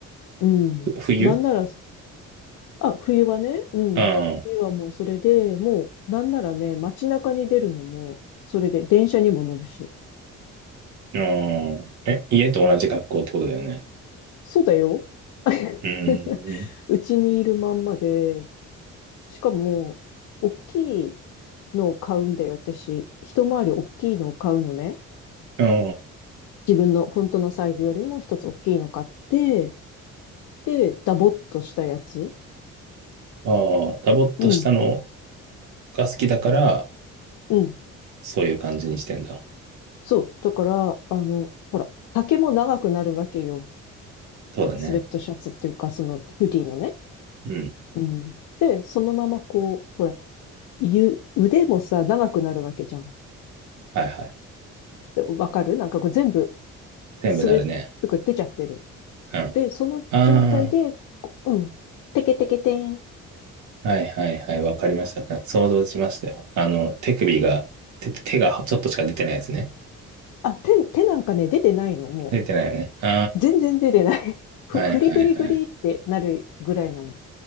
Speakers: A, on the left (about 80°); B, on the right (about 70°).
A: うん。
B: ふ冬
A: なんなら、あ、冬はね、うん。
B: あ
A: 冬はもうそれで、もう、なんならね、街中に出るのも、それで電車にも乗るし。
B: あ、ああ、え、家と同じ格好ってことだよね。
A: そうだよ。<laughs>
B: うん。
A: うちにいるまんまで、しかも、大きいのを買うんだよ、私。一回り大きいのを買うのね。
B: あ
A: 自分の本当のサイズよりも一つ大きいの買って、で、ダボっとしたやつ。
B: あ、ああ、ダボっとしたの
A: うん、
B: が好きだから、
A: うん。
B: そういう感じにしてんだ。
A: そう。だから、あの、ほら、丈も長くなるわけよ。
B: そうだね。
A: スウェットシャツっていうか、そのフリーのね。
B: うん。
A: うん。で、そのままこう、ほら、ゆ、腕もさ、長くなるわけじゃん。
B: はいはい。
A: でわかるなんかこう全部、
B: 全部なるね。
A: スウェットが出ちゃってる。
B: うん。
A: で、その状態で、
B: ああ、
A: こううん。テケテケテン。
B: はいはいはい、わかりました。想像しましたよ。あの、手首が、手、手がちょっとしか出てないですね。
A: あ、手、手なんかね、出てないの、もう。
B: 出てないよね。あ
A: 全然出てない。<laughs> ふ、
B: あはいはいはい。
A: ふりふりふりってなるぐらいなの。